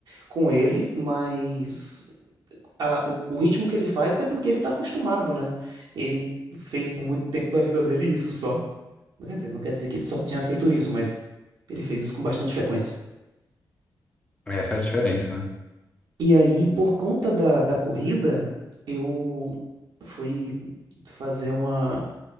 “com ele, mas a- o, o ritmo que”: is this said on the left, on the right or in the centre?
Right